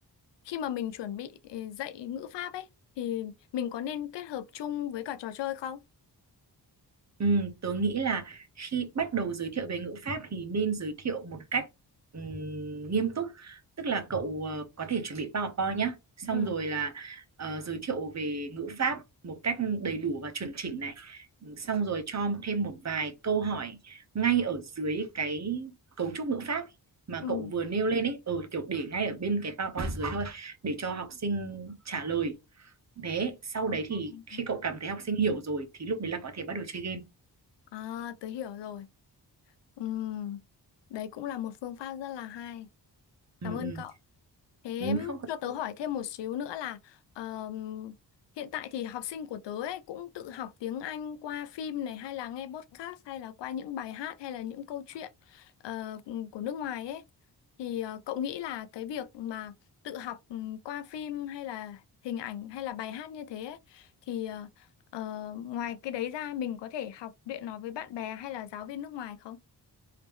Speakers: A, on the left (about 80°); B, on the right (about 40°).
A: khi mà mình chuẩn bị ờ, dạy ngữ pháp ấy thì mình có nên kết hợp chung với cả trò chơi không?
B: Ừ, tớ nghĩ là khi bắt đầu giới thiệu về ngữ pháp thì nên giới thiệu một cách ừm, nghiêm túc. Tức là cậu ờ, có thể chuẩn bị PowerPoint nhé. Xong
A: Ừ.
B: rồi là ờ, giới thiệu về ngữ pháp một cách đầy đủ và chuẩn chỉnh này. Ừ, Xong rồi cho thêm một vài câu hỏi ngay ở dưới cái cấu trúc ngữ pháp mà
A: Ừ.
B: cậu vừa nêu lên ấy. ở kiểu để ngay ở bên cái PowerPoint dưới thôi để cho học sinh trả lời. Thế sau
A: Ờ.
B: đấy thì
A: ờ.
B: khi cậu cảm thấy học sinh hiểu rồi thì lúc đấy là có thể bắt đầu chơi game.
A: À, tớ hiểu rồi. Ừ. Đấy cũng là một phương pháp rất là hay.
B: Ừ,
A: Cảm ơn
B: ừ.
A: cậu. Thế
B: Ừ,
A: em
B: không có
A: cho tớ
B: gì.
A: hỏi thêm một xíu nữa là ờm, hiện tại thì học sinh của tớ ấy cũng tự học tiếng Anh qua phim này hay là nghe podcast hay là qua những bài hát hay là những câu chuyện ờ, của nước ngoài ấy. Thì ờ, cậu nghĩ là cái việc mà tự học ừ, qua phim hay là hình ảnh hay là bài hát như thế ấy, thì ờ, ờ, ngoài cái đấy ra mình có thể học luyện nó với bạn bè hay là giáo viên nước ngoài không?